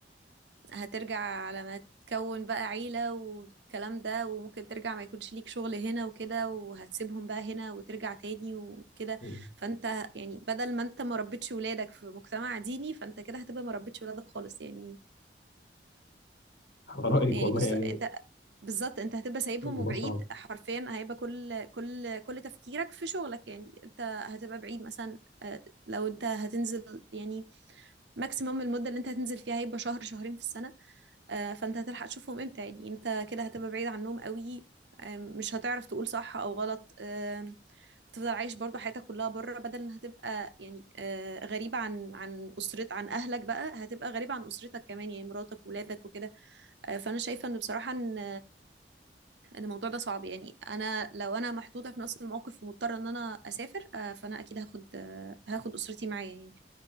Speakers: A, on the right; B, on the left.
A: هترجع على ما تكون بقى عيلة والكلام ده وممكن ترجع ما يكونش ليك شغل هنا وكده وهتسيبهم بقى هنا وترجع تاني وكده
B: تاني
A: فانت يعني بدل ما انت ما ربيتش ولادك في مجتمع ديني فانت كده هتبقى ما ربيتش ولادك خالص يعني
B: على رأيك
A: يعني
B: والله
A: بز...
B: يعني
A: انت بالظبط انت هتبقى سايبهم
B: الموضوع
A: وبعيد
B: صعب
A: حرفيا هيبقى كل كل كل تفكيرك في شغلك يعني انت هتبقى بعيد مثلا آه، لو انت هتنزل يعني ماكسيموم المدة اللي انت هتنزل فيها هيبقى شهر شهرين في السنة آه، فانت هتلحق تشوفهم امتى يعني انت كده هتبقى بعيد عنهم قوي آه، مش هتعرف تقول صح او غلط آه، هتفضل عايش برضو حياتك كلها بره بدل ما هتبقى يعني آه، غريبة عن عن أسرت عن أهلك بقى هتبقى غريبة عن أسرتك كمان يعني مراتك وولادك وكده آه، فأنا شايفة إن بصراحة إن ان الموضوع ده صعب يعني انا لو انا محطوطه في نفس الموقف ومضطره ان انا اسافر آه، فانا اكيد هاخد آه، هاخد اسرتي معايا يعني